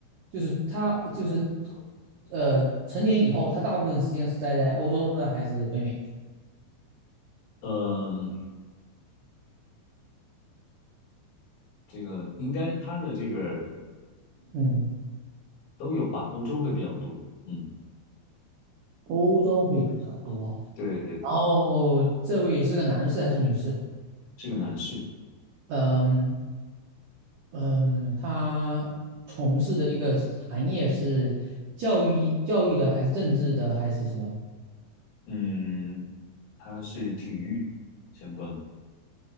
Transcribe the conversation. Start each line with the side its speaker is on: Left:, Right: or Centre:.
Right: 就是他就是呃成年以后，他大部分时间是在在欧洲呢还是北美？
Left: 嗯，这个应该他的这个
Right: 嗯，
Left: 都有吧，欧洲会比较多，嗯，
Right: 欧洲会比较多。
Left: 对对对，
Right: 然后这位是个男士还是女士？
Left: 是个男士，
Right: 嗯嗯，他从事的一个行业是教育教育的，还是政治的，还是什么？
Left: 嗯，他是体育相关的，